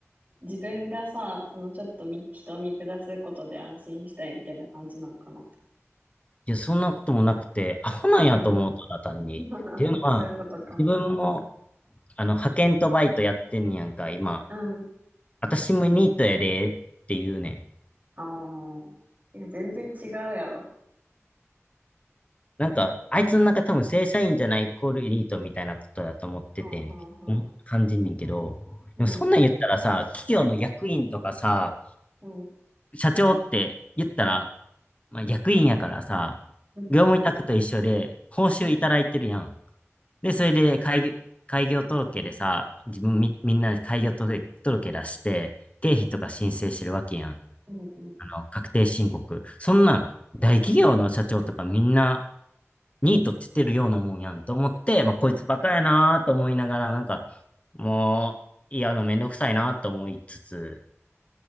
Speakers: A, on the right; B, on the left.
A: 自分がさ、そのちょっとみ人を見下すことで安心したいみたいな感じなんかな。
B: いや、そんなこともなくて、アホなんやと思う、
A: うん。
B: ただ単に。
A: <laughs>
B: っていうのは、
A: そういうことか。
B: 自分も、あの、派遣とバイトやってんねやんか、今。
A: うん。
B: 私もニートやで、って言うねん。
A: ああ。いや、全然違うやろ。
B: なんか、あいつの中多分正社員じゃないイコールニートみたいなことだと思ってて、
A: はあ、はあ、
B: うん感じんねんけど、
A: はあ。うん、
B: でもそんなん言ったらさ、企業の役員とかさ、
A: うん、
B: 社長って言ったら、まあ、役員やからさ、
A: うん、
B: 業務委託と一緒で報酬いただいてるやん。で、それで開業、開業届でさ、自分み、みんなで開業届、届出して、経費とか申請してるわけやん。
A: うん、うん。
B: あの、確定申告。そんなん、大企業の社長とかみんな、ニートって言ってるようなもんやんと思って、まあ、こいつバカやなーと思いながら、
A: うん
B: なんか、もう、いや、あの、めんどくさいなーと思いつつ、